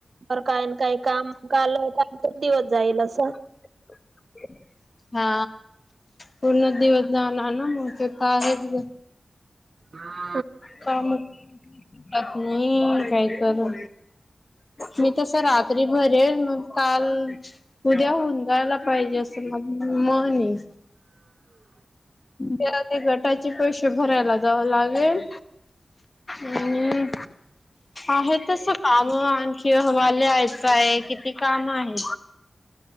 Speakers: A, on the right; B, on the left.
A: बर काय ना काय काम काल कालचा दिवस जाईल असं <inaudible>
B: ह <inaudible> हा पूर्ण दिवस जाणार ना मग ते तर आहेच.
A: हा
B: कामात नाही काय करू <inaudible> मी तस रात्री भरेल मग काल, उद्या हुं जायला पाहिजे असं म मणे त्या ते गटाचे पैसे भरायला जाव लागेल. अ् आहे तस <inaudible> काम आणखी हमाला यायचं आहे किती काम आहे.